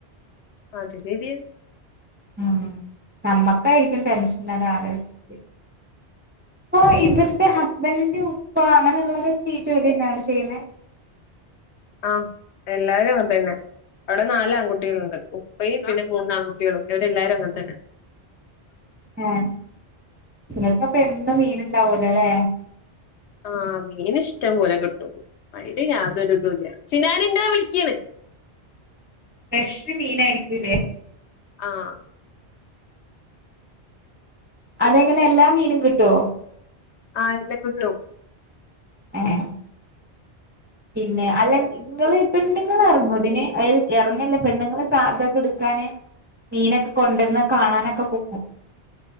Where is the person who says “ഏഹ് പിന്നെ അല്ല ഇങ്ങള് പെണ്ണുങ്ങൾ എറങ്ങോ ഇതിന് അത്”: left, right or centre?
Right